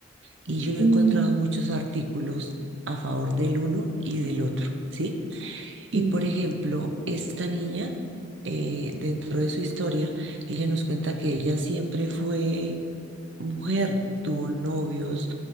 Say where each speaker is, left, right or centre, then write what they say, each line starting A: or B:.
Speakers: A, on the right; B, on the right.
A: Y yo he
B: Sí.
A: encontrado
B: Mm,
A: muchos artículos a favor del uno y del otro, ¿sí? Y
B: sí.
A: por ejemplo, esta niña, eh, dentro de su historia, ella nos cuenta que ella siempre fue mujer, tuvo novios,